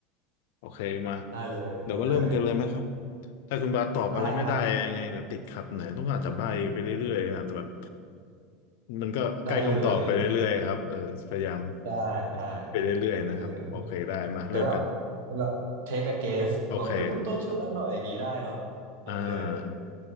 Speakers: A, on the left; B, on the right.
A: โอเคมา
B: ได้เลยมาเลย
A: เดี๋ยวมาเริ่มกันเลยไหมครับถ้าคุณบาสตอบอะไรไม่ได้ยังไงเดี๋ยวติดขัดไหนอยต้องอาจจะใบ้ไปเรื่อยๆนะแต่แบบ
B: ได้ครับ
A: มันก็ใกล้คำตอบไปเรื่อยๆครับเออพยายาม
B: ได้เลยได้ได้
A: ไปเรื่อยๆนะครับโอเคได้มาเริ่มกัน
B: เออเดี๋ยวแบบแบบ take a guess
A: โอเค
B: บอกเอ้ยคุณต้นช่วยบัสหน่อยอย่างนี้ได้เนาะโอเค
A: อ่า